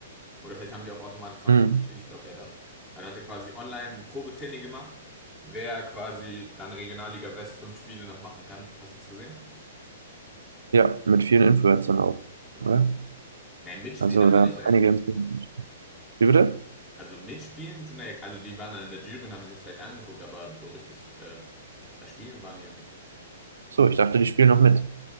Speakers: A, in the centre; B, on the right.
A: Oder vielleicht haben die auch automatisch Zahnkartenstich,
B: Mhm.
A: ich glaube eher das. Dann hat er quasi online ein Probetraining gemacht, wer quasi dann Regionalliga West fünf Spiele noch machen kann. Hast du es gesehen?
B: Ja, mit vielen Influencern auch,
A: Ja.
B: oder?
A: Ja, mitspielen
B: Also
A: aber
B: da
A: nicht eigentlich.
B: einige Influencer. Wie bitte?
A: Also mitspielen tun er ja, also die waren dann in der Jury und haben sich das vielleicht angeguckt, aber so richtig äh, das Spielen waren die ja nicht.
B: So, ich dachte, die spielen noch mit.